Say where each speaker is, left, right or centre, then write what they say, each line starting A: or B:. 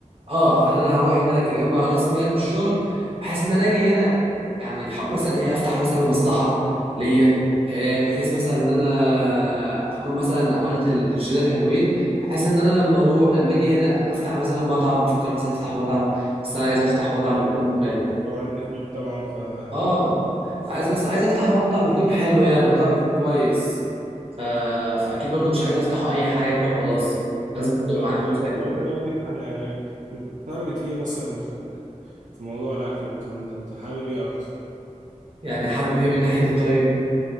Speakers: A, on the right; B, on the right.
A: اه يعني انا هروح هناك اجمع راس مال من الشغل بحيث ان انا اجي هنا يعني ح- مثلا ايه افتح مثلا مصلحه ليا آه، بحيث مثلا ان انا اكون مثلا عملت القرشين الحلوين بحيث ان انا لما اروح لما اجي هنا افتح مثلا مطعم بفكر مثلا افتح مطعم بس انا عايز افتح مطعم
B: عايز
A: يكون
B: تفتح مطعم طبعا انت شيك طبعا ف آه،
A: اه عايز بس عايز افتح بقى مطعم يكون حلو يعني مطعم يكون كويس ف... فاكيد برضو مش عايز افتحه اي حاجه كده وخلاص لازم
B: انت
A: تبقى
B: بصراحه
A: معايا
B: طموح
A: فلوس حلو
B: طب انت ناوي تفتح يعني متارجت ايه مثلا في ال... في موضوع الاكل والكلام ده انت حابب ايه اكتر
A: يعني حابب ايه من ناحيه ايه طيب